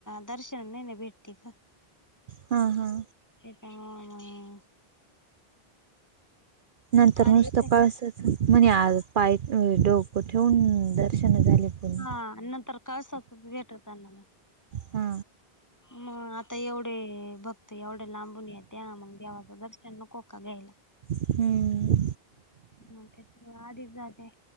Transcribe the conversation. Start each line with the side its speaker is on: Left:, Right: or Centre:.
Left: दर्शन नाय न भेटती ग
Right: हां हां
Left: त्याच्यामुळ मंग
Right: नंतर
Left: आधी
Right: नुसतं
Left: येते
Right: कळसाच म्हणे आज पाय अ डोकं ठेवून दर्शन झाले. पूर्ण
Left: हा नंतर कळसासच भेटत ना म
Right: हा
Left: म आता एवढे भक्त एवढ्या लांबून येत्या मंग देवाचं दर्शन नको का घ्यायला.
Right: हम्म
Left: मंग त्याच्यामुळं आधीच झालंय.